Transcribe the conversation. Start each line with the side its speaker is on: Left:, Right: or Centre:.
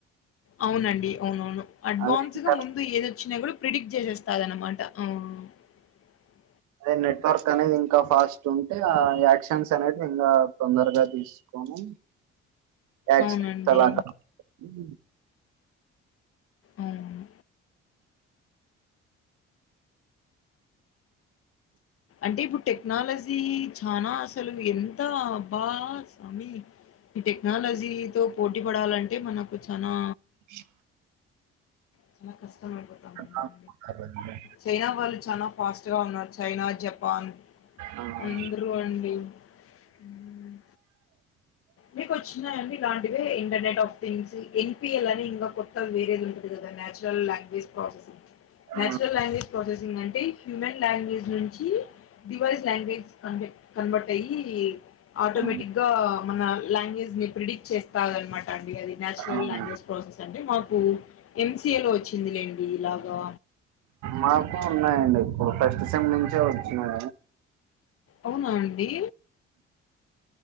Left: అవునండి అవునవును అడ్వాన్స్
Right: అదే ఇంకా
Left: గా ముందు ఏదొచ్చినా కూడా ప్రిడిక్ట్ చేసేస్తాదన్నమాట ఆ <inaudible>
Right: అదే నెట్వర్క్ అనేది ఇంకా ఫాస్ట్ ఉంటే ఆ యాక్షన్స్ అనేది ఇంకా తొందరగా తీస్ కానీ యాక్సిడెంట్స్
Left: అవునండి
Right: తరువాత ఉమ్
Left: ఆవునవును అంటే ఇప్పుడు టెక్నాలజీ చనా అసలు ఎంత అబ్బా స్వామి ఈ టెక్నాలజీతోపోటీ పడాలంటే మనకు చనా
Right: ఇ
Left: చాలా కష్టమైపోతావుంది
Right: కాపాడాలండి.
Left: చైనా వాళ్ళు చాల ఫాస్ట్ గా ఉన్నారు చైనా జపాన్ పాల్
Right: ఆ,
Left: అందురూ అండి ఉమ్ మీకు వచ్చినయ అండి ఇలాంటివి ఇంటర్నెట్ ఆఫ్ థింగ్స్ ఎన్పిఎల్ అని ఇంకా కొత్తగా వేరేది ఉండది నేచురల్ లాంగ్వేజ్ ప్రోసెసింగ్ నేచురల్
Right: ఆ,
Left: లాంగ్వేజ్ ప్రాసెసింగ్ అంటే హ్యూమన్ లాంగ్వేజ్ నుంచి డివైస్ లాంగ్వేజ్ కన్వె కన్వర్ట్ అయ్యి ఆటోమేటిక్
Right: ఆ,
Left: గా మన లాంగ్వేజ్ ని ప్రిడిక్ట్ చేస్తాది అన్నమాట అండి అది నేచురల్
Right: ఆ.
Left: లాంగ్వేజ్ ప్రాసెస్ అంటే మాకు ఎంసిఏ లో వచ్చిందిలేండి ఇలాగా
Right: మాకు ఉన్నాయండి ఇప్పుడు ఫస్ట్ సెమ్ నుంచే వచ్చినయి
Left: అవునా అండి